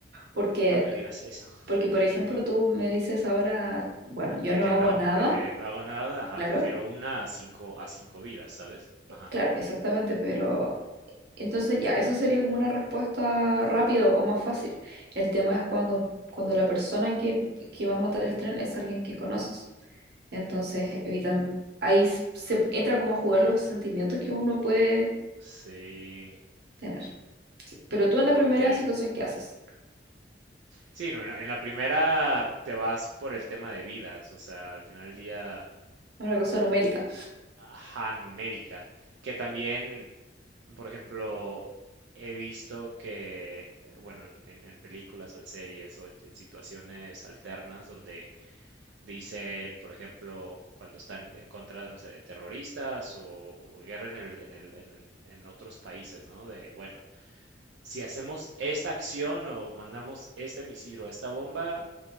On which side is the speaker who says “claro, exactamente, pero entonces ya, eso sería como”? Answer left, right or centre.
Right